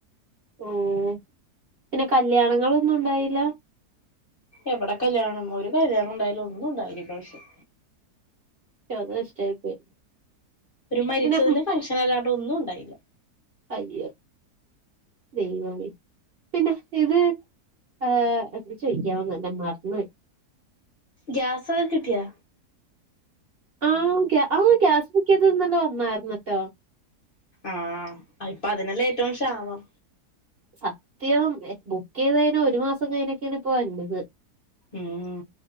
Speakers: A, on the right (about 45°); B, on the left (about 40°).
A: ഉം പിന്നെ കല്യാണങ്ങളൊന്നുണ്ടായില്ല
B: എവിടെ കല്ല്യാണം ഒരു കല്ല്യാണം ഉണ്ടായിലന്നുണ്ടായില്ല ഇപ്രാവശ്യം
A: അത് കഷ്ടായി പോയി
B: ഒരു മരിച്ചതില്
A: പിന്നെ ഹും,
B: ഫംഗഷൻ അല്ലാണ്ട് ഒന്നും ഉണ്ടായില്ല
A: അയ്യോ ദൈവമി പിന്നെ ഇത് ആഹ് ചോയ്ക്കാവന്ന് ന് മറന്ന് പോയി
B: ഗ്വാസൊക്കെ കിട്ടിയൊ
A: ആഹ് ആ ഗ്യസ്ബുക്കിതത് ഇന്നലെ വന്നാരുന്നട്ടോ
B: ആഹ് ഇപ്പ അതിനല്ലെ ഏറ്റവും ഷാമം
A: സത്യം ബുക്കെയ്ത കഴഞ്ഞാ ഒരു മാസം കഴിഞ്ഞൊക്കെണ് ഇപ്പോ വര് ന്നത്
B: ഉം